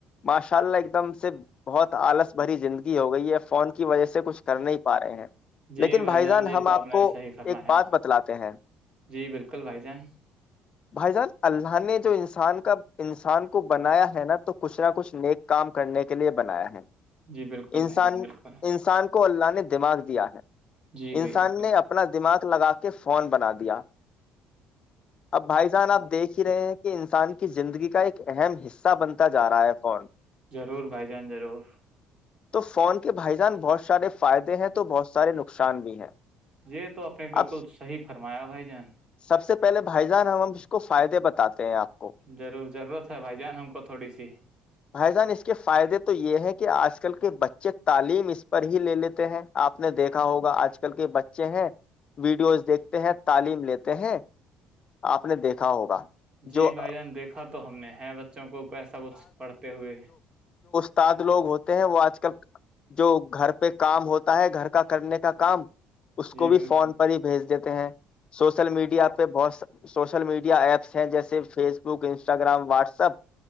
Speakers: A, on the left; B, on the right.
A: باش چل ایک دم سے بہت تو آلس بھری زندگی ہو گئی ہے فون کی وجہ سے کچھ کر نہیں پا رہے ہیں
B: جی
A: لیکن بھائی جان
B: یہ
A: ہم
B: تو
A: آپ
B: نے
A: کو
B: صحیح فرمایا
A: ایک بات بتلاتے ہیں
B: جی بالکل بھائی جان
A: بھیجاں اللہ نے جو انسان کا انسان کو بنایا ہے نا تو کچھ نہ کچھ نیک کام کرنے کے لیے بنایا ہے
B: جی بالکل
A: انسان
B: بھائی جان بالکل
A: انسان کو اللہ نے دماغ دیا ہے
B: جی بھائی
A: انسان
B: بالکل
A: نے اپنا دماغ لگا کر کے فون بنا دیا اب بھائی جان آپ دیکھ ہی رہے ہیں یہ انسان کی زندگی کا ایک اہم حصہ بنتا جا رہا ہے فون
B: ضرور بھائی جان ضرور
A: تو فون پہ کہ بھائی جان بہت سارے فائدے ہیں تو بہت سارے نقصان بھی ہیں
B: یہ تو آپ نے بالکل
A: اب
B: صحیح فرمایا بھائی جان
A: سب سے پہلے بھائی جان ہم اس کو فائدے بتے ہیں آپ کو
B: ضرور ضرورت ہے بھائی جان ہم کو تھوڑی سی
A: بھائی جان اس کے فائدے تو یہ ہے کہ آج کل کے بچے تعلیم اس پر ہی لے لیتے ہیں آپ نے دیکھا ہوگا آج کل کے بچے ہیں ویڈیوز دیکھتے ہیں تعلیم لیتے ہیں آپ نے دیکھا ہوگا
B: جی
A: جو
B: بھائی جان دیکھا تو ہم نے ہے بچوں کو ایسا کچھ پڑھتے ہوئے
A: سد لوگ ہوتے ہیں وہ آج کل جو گھر پہ کام ہوتا ہے گھر کا کرنے کا کام اس
B: جی
A: کو بھی
B: بالکل
A: فون پر ہی بھیج دیتا <unintelligible> سوشل میڈیا
B: ہاں
A: پہ بہت سوشل میڈیا ایپس ہیں جیسے فیس بک انسٹاگرام واٹسپ